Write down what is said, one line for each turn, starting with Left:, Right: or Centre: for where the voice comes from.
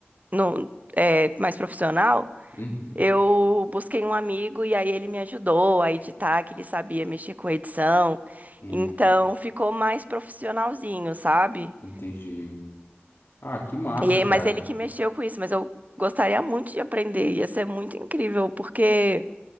Right: No, é, mais profissional,
Left: uhum,
Right: eu busquei um amigo e aí ele me ajudou a editar, que ele sabia mexer com edição.
Left: hum,
Right: Então ficou mais profissionalzinho, sabe?
Left: entendi. Ah, que massa,
Right: E, aí-
Left: cara.
Right: mas ele que mexeu com isso, mas eu gostaria muito de aprender. Ia ser muito incrível, porque